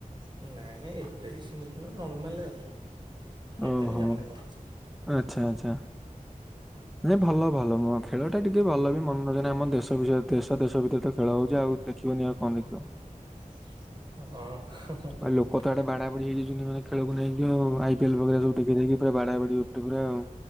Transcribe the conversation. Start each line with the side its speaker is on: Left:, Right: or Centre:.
Right: ନାଇଁ ନାଇଁ ଏତେ ବି ସେମିତି ନୁହଁ ନର୍ମାଲ ଏତେ
Centre: ଓହୋ
Right: ବି ଜାଣହିଁ ଭଲଛ
Centre: ଆଚ୍ଛା ଆଚ୍ଛା
Right: ହଁ
Centre: ନାଇ ଭଲ ଭଲ ଖେଳ ଟା ଟିକେ ଭଲ ବି ମନୋରଞ୍ଜନ ଆମ ଦେଶ ବିରେ ଦେଶ ଦେଶ ଭିତରେ ତ ଖେଳ ହଉଛି ଆଉ ଦେଖିବନି ଆଉ କଣ ଦେଖିବ
Right: ହଁ
Centre: ଆଉ ଲୋକ ଆଡେ ବାଡାଡି ହେଇଯାଇଛନ୍ତି ମାନ ଖେଳକୁ ନେଇକି, ଆଇ ପିଏଲ ବ ସବୁ ଦେଖି ଦେଇକି ପୁର ବାଡା ବାଡି ଉପ ପା ଆଉ